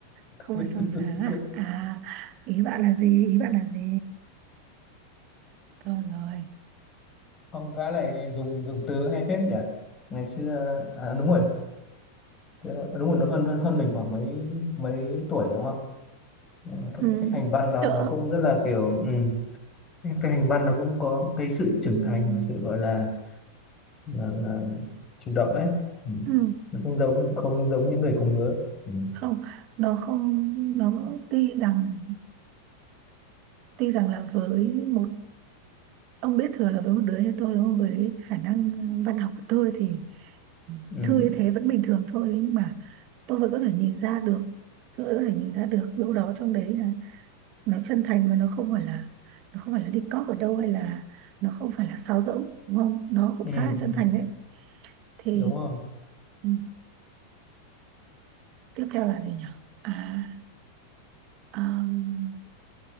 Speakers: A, on the right (about 40°); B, on the left (about 25°).
A: không
B: <laughs>
A: phải trong sáng à à ý bạn là gì ý bạn là gì thôi rồi
B: không gã này dùng dùng từ hay phết nhỉ? Ngày xưa à, đúng rồi, thế là- đúng rồi nó hơn hơn hơn mình khoảng mấy mấy tuổi đúng không? Ừ, Cái,
A: ừ,
B: cái hành văn đó
A: cỡ
B: nó cũng rất là kiểu ừ. Cái hành văn nó cũng có cái sự
A: ừ,
B: trưởng thành và sự gọi là là, là chủ động đấy. Ừ.
A: ừ,
B: Nó không giống không giống những người cùng lứa. Ừ.
A: không nó không nó tuy rằng tuy rằng là với một ông biết thừa là với một đứa như tôi đúng không với khả năng ờ, văn học của tôi thì
B: Ừ.
A: thư như thế vẫn bình thường thôi nhưng mà tôi vẫn có thể nhìn ra được tôi vẫn có thể nhìn ra được đâu đó trong đấy là nó chân thành và nó không phải là nó không phải là đi cóp ở đâu hay là nó không phải là sáo rỗng đúng không nó cũng
B: Ừ.
A: khá là chân
B: ừ.
A: thành đấy thì
B: Đúng rồi.
A: ừ, tiếp theo là gì nhỉ à um,